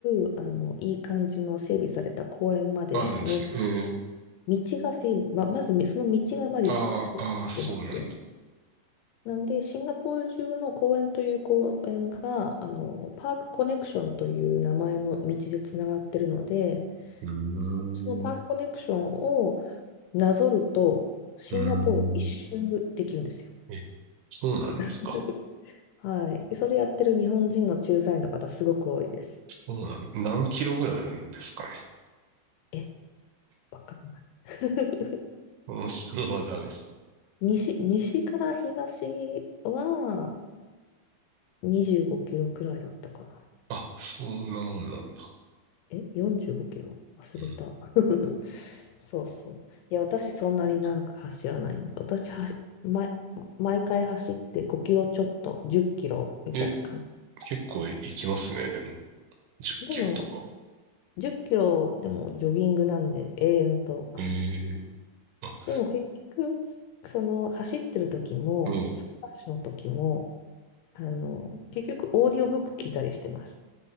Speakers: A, on the left; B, on the right.
A: うあのいい感じの整備された公園までの
B: あるんですね。
A: 道が整備、ま、まずみその道がまず整備されてるんですよ。
B: えー、あーあー、そうなんだ。
A: なんでシンガポール中の公園という公園があのパークコネクションという名前の道でつながってるので
B: うーん、
A: そ、そのパークコネクションを
B: う
A: なぞるとシンガポール一周できるんですよ。
B: ーん。え、そうなんですか。
A: <laughs> はい、でそれやってる日本人の駐在員の方すごく多いです。
B: そうなん、何キロぐらいあるんですかね。
A: えわかんない
B: この質問はダメですね。
A: <laughs> 西、西から東は25キロくらいだったかな。
B: あ、そんなもんなんだ。
A: え、45キロ忘れた。
B: うん。
A: <laughs> そうそう。いや、私そんなに長く走らないんで、私は、毎毎回走って5キロちょっと、10キロみたいな感
B: え、結構いきますね、でも。10キロとか。
A: じ。でも、10キロでもジョギングなんで、永遠と。
B: えー、あ、
A: でも結局、その走ってる時も、
B: うん。
A: スクワッシュの時も、あの、結局オーディオブック聞いたりしてます。